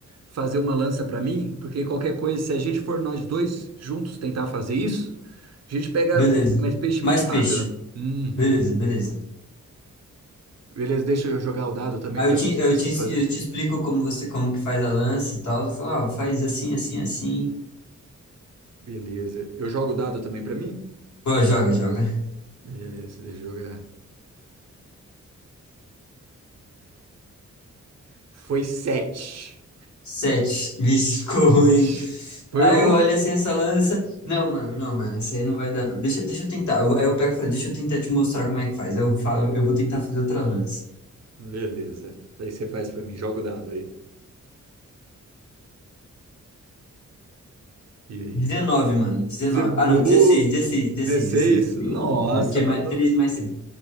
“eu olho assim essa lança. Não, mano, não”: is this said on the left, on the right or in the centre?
Left